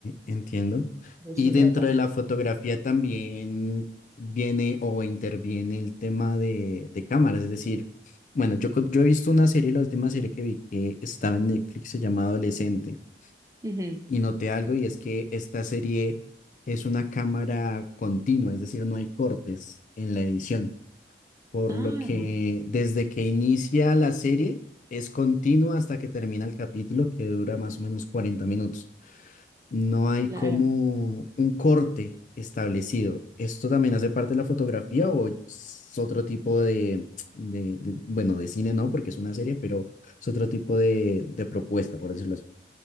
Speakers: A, on the left; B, on the right.
A: entiendo.
B: de eso
A: Y
B: se
A: dentro
B: trata.
A: de la fotografía también viene o interviene el tema de, de cámaras. Es decir, bueno, yo, con- yo he visto una serie, la última serie que vi que estaba en Netflix se llama Adolescente.
B: Ujú.
A: Y noté algo y es que esta serie es una cámara continua, es decir, no hay cortes en la edición. por
B: Ah,
A: lo que desde que inicia la serie es continua hasta que termina el capítulo, que dura más o menos 40 minutos. No hay
B: claro.
A: como un corte establecido. ¿Esto también hace parte de la fotografía o es otro tipo de, de- de- bueno, de cine no, porque es una serie, pero es otro tipo de, de propuesta, por decirlo así?